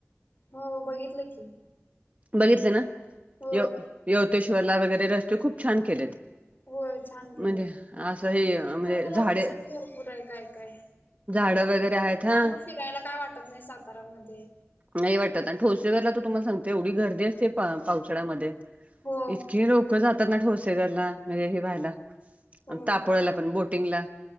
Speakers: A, on the left; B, on the right.
A: हो बघितलं की
B: बघितले ना?
A: हो
B: य योतेश्वरला वगैरे रस्ते खूप छान केलेत.
A: होय छान केलंय.
B: म्हणजे असं ह म्हणजे
A: सारखं लोकेशन
B: झाडे
A: भरपूर आहे काय काय
B: झाडं वगैरे आहेत, हा.
A: त्यामुळे फिरायला काय वाटत नाही सातारामध्ये
B: नाही वाटत आणि ठोसेघरला त तुम्हाला सांगते एवढी गर्दी असते पावसाळ्यामध्ये
A: हो
B: इतकीे लोक जातात ना ठोसेगरला म्हणजे हे व्हायला
A: हो
B: तापोळाला पण बोटिंगला